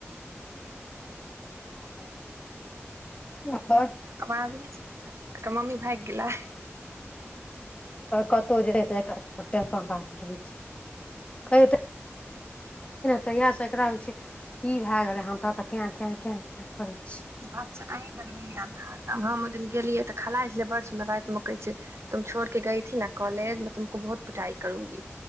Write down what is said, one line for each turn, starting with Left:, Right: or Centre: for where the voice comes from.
Left: ककर।
Right: आवाज नै छेलैय एकर मम्मी भाइग गेलै
Left: कतौ जेेंन इजाम भेलै कहि तहिास से एकरा होइ छै की भए गेलै ह तत के के केऽ करै छै
Right: अच्छा अहीं लग महहिना तऽ हम ओहि दिन गेलियै तऽ खेलाइ छलै बड़ सुन्दर राइत मे कहै छै। तुम छोड़ के गई न कोलेज में तुमको बहुत पिटाई करूंगी।